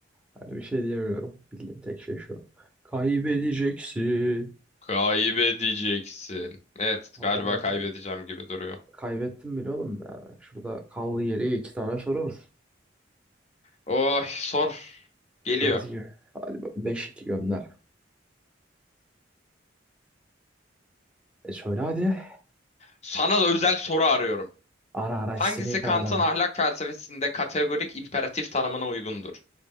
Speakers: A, in the centre; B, on the left.
A: Hani bir şey diyemiyorum. Bildiğim tek şey şu. Kaybedeceksin.
B: Kaybedeceksin. Evet
A: Tam
B: galiba
A: olarak
B: kaybedeceğim
A: öyle.
B: gibi duruyor.
A: Kaybettim bile oğlum yani. Şurada kaldı geriye iki tane soru var.
B: Oh sor geliyor.
A: Dört iki. Beş iki gönder. E söyle hadi.
B: Sana da özel soru arıyorum.
A: Ara ara
B: Hangisi
A: istediğin kadar
B: Kant'ın
A: ara.
B: ahlak felsefesinde kategorik imperatif tanımına uygundur?